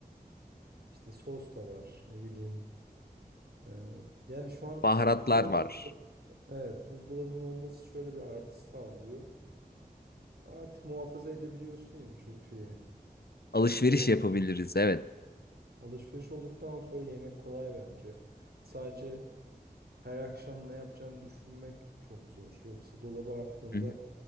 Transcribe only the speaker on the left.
baharatlar
var.
Alışveriş
yapabiliriz, evet.
Hı